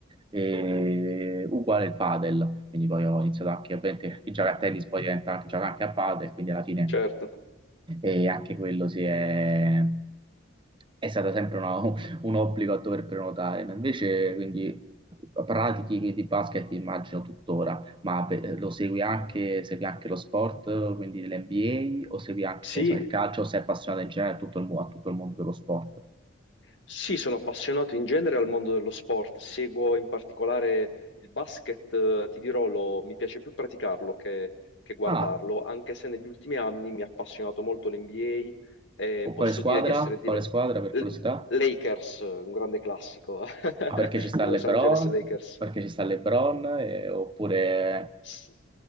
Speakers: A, on the right; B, on the left.
A: e uguale il padel, quindi poi ho iniziato anche, ovviamente, il giocare a tennis poi diventa anche giocare anche a padel, quindi alla fine
B: certo.
A: e anche quello si è, è stato sempre una- <laughs> un obbligo a dover prenotare, ma invece quindi pratichi di basket immagino tuttora, ma beh, lo segui anche, segui anche lo sport, quindi l'NBA, o segui anche
B: Sì,
A: che ne so, il calcio, o sei appassionato in generale a tutto il, mo- a tutto il mondo dello sport?
B: Sì, sono appassionato in genere al mondo dello sport, seguo in particolare il basket, eh, ti dirò, lo- mi piace più praticarlo che, che guardarlo,
A: Ah,
B: anche se negli ultimi anni mi ha appassionato molto l'NBA e
A: con
B: posso
A: quale squadra?
B: dire di essere diventato...
A: Quale squadra per curiosità?
B: Lakers, un grande classico, <laughs>
A: Ah, Perché ci sta
B: i
A: LeBron?
B: Los Angeles Lakers.
A: Perché ci sta LeBron? Eh, oppure
B: S-